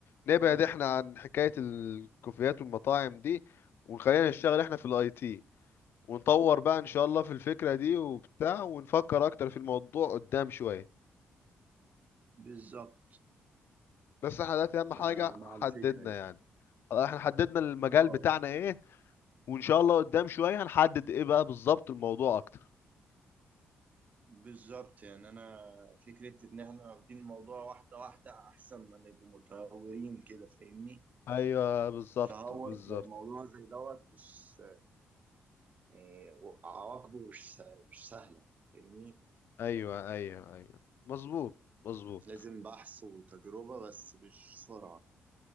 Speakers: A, on the left (about 60°); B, on the right (about 40°).
A: نبعد
B: اه
A: احنا عن حكاية الكوفيات والمطاعم دي وخلينا نشتغل احنا في الاي تي ونطور بقى ان شاء الله في الفكرة دي وبتاع ونفكر اكتر في الموضوع قدام شوية
B: بالظبط
A: بس احنا دلوقتي اهم حاجة
B: آه مع
A: حددنا
B: الفكرة دي
A: يعني احنا حددنا المجال
B: اه
A: بتاعنا ايه وان شاء الله قدام شوية هنحدد ايه بقى بالظبط الموضوع اكتر
B: بالظبط يعني انا فكره ان احنا واخدين الموضوع واحده واحده احسن ما نبقوا متهورين كده فاهمني
A: ايوه بالظبط
B: تهور
A: بالظبط
B: في موضوع زي دوت مش يعني عواقبه مش مش سهله فاهمني
A: ايوه ايوه ايوه مظبوط مظبوط
B: لازم بحث وتجربه بس مش سرعه